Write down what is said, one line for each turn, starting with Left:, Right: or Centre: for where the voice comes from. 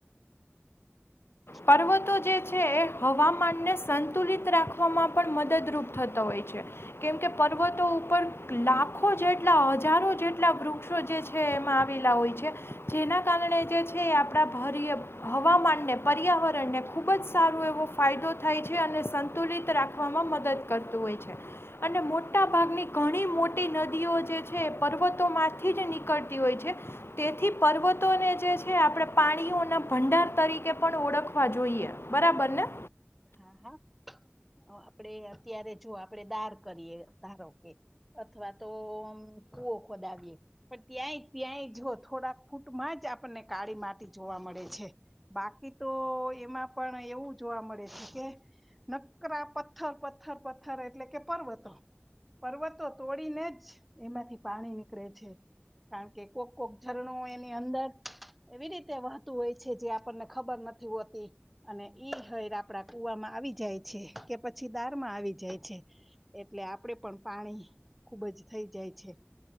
Centre: <inaudible>
Left: પર્વતો જે છે એ હવામાનને સંતુલિત રાખવામાં પણ મદદરૂપ થતો હોય છે. કેમકે પર્વતો ઉપર લાખો જેટલા હજારો જેટલા વૃક્ષો જે છે એમાં આવેલા હોય છે જેના કારણે જે છે એ આપણા ભરીએ હવામાનને પર્યાવરણને ખૂબ જ સારો એવો ફાયદો થાય છે અને સંતુલિત રાખવામાં મદદ કરતું હોય છે અને મોટાભાગની ઘણી મોટી નદીઓ જે છે એ પર્વતોમાંથી જ નીકળતી હોય છે તેથી પર્વતોને જે છે આપણે પાણીઓના ભંડાર તરીકે પણ ઓળખવા જોઈએ બરાબર ને.
Centre: હા હા આપડે અત્યારે જો આપણેે દાર કરીએ ધારો કે અથવા તો કુઓ ખોદાવીએ પણ ત્યાંય ત્યાંય જો થોડાક ફૂટમાં જ આપણને કાળી માટી જોવા મળે છે બાકી તો એમાં પણ એવું જોવા મળે છે. કે નકરા પથ્થર પથ્થર પથ્થર એટલે કે પર્વતો પર્વતો તોડીને જ એમાંથી પાણી નીકળે છે કારણ કે કોક કોક ઝરણો એની અંદર એવી રીતે વહતું હોય છે જે આપણને ખબર નથી હોતી અને ઈ હ આપડા કુવામાં આવી જાય છે કે પછી દારમાં આવી જાય છે એટલે આપડે પણ પાણી ખુબ જ થઈ જાય છે